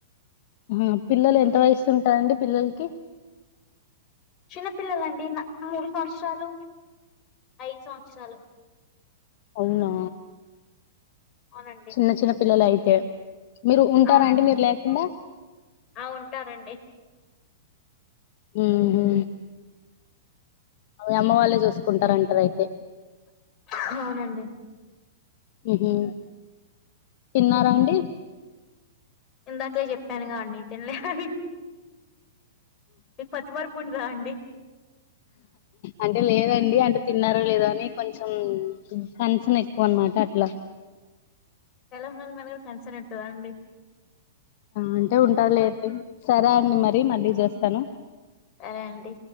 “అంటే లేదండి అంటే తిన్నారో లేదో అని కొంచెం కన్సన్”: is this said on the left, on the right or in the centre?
Left